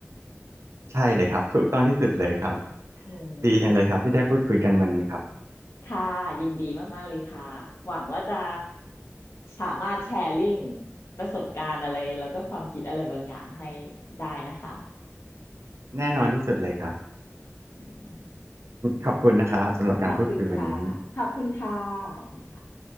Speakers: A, on the right (about 70°); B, on the left (about 60°).
A: ใช่เลยครับถูกต้องที่สุดเลยครับ
B: อื
A: ดีจังเลยครับที่ได้พูดคุยกันวันนี้ครับ
B: ม ค่ะยินดีมากๆเลยค่ะหวังว่าจะสามารถแชร์ลิงก์ประสบการณ์อะไรแล้วก็ความคิดอะไรบางอย่างให้ได้นะคะ
A: แน่นอนที่สุดเลยครับ
B: อืม
A: ขอบคุณนะครับสำหรับการพูดคุยวันนี้
B: ขอบคุณค่ะขอบคุณค่ะขอบคุณค่ะ